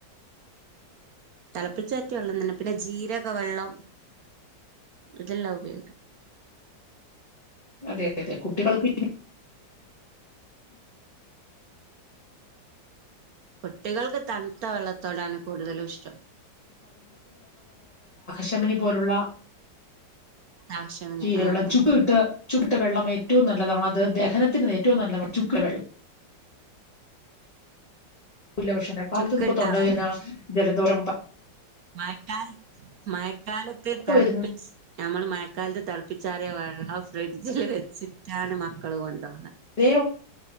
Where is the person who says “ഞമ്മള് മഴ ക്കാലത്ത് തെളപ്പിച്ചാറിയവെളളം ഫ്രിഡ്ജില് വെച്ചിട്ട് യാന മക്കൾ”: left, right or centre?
Right